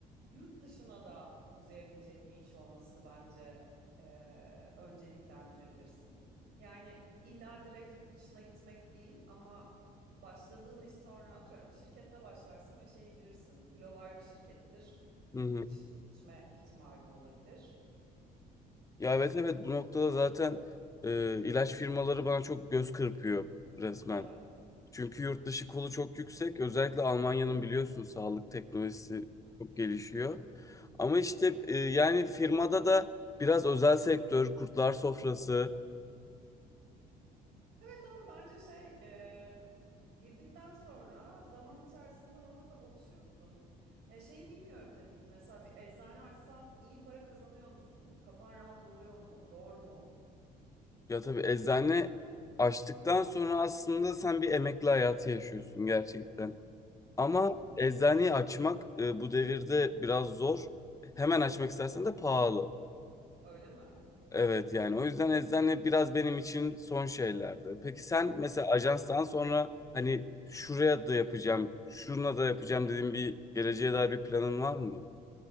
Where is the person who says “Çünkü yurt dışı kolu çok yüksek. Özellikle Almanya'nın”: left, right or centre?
Left